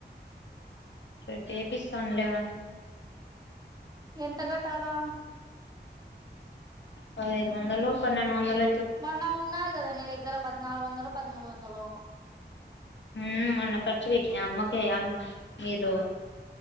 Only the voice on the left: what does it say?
రేపు వపిస్తాను లేవ
పదైదు వందలో పన్నెండు వందల
ఉమ్ అమ్మాకి ఖర్చు పెట్టినా అమ్మకే అమ్మ మీరు